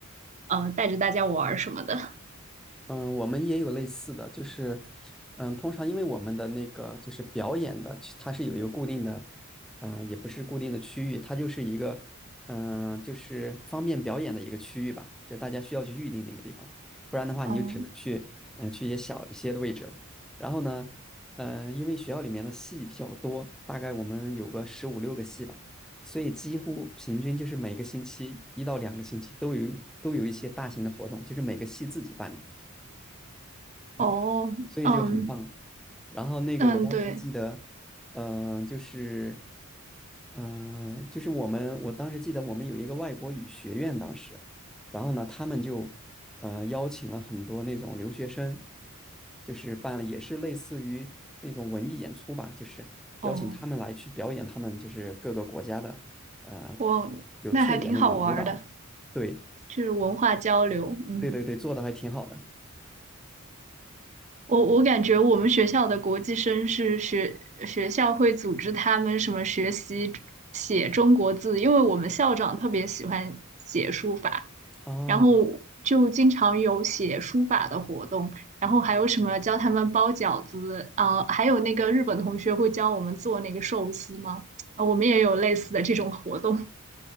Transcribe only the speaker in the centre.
嗯，我们也有类似的，就是，嗯，通常因为我们的那个就是表演的，其它是有一个固定的，嗯、也不是固定的区域，它就是一个，嗯、就是方便表演的一个区域吧，就是大家需要去预定那个地方，不然的话你就只能去，
嗯、去一些小一些的位置了。然后呢，嗯、因为学校里面的戏比较多，大概我们有个十五六个戏吧，所以几乎平均就是每个星期一到两个星期都有一都有一些大型的活动，就是每个系自己办的。
所以就很棒。
然后那个我当时记得，
呃，就是，呃，就是我们我当时记得我们有一个外国语学院，当时，然后呢，他们就呃邀请了很多那种留学生，就是办了也是类似于那种文艺演出吧，就是邀请他们来去表演他们就是各个国家的呃
有特点那种舞蹈。对
对对对，做的还挺好的
哦，